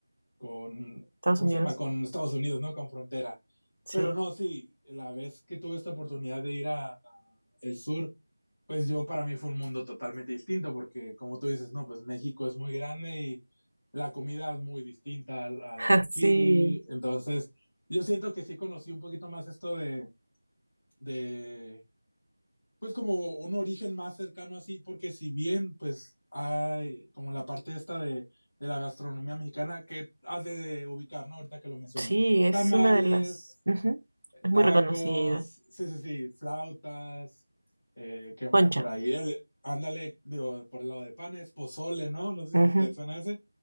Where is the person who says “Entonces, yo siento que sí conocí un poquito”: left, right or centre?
Left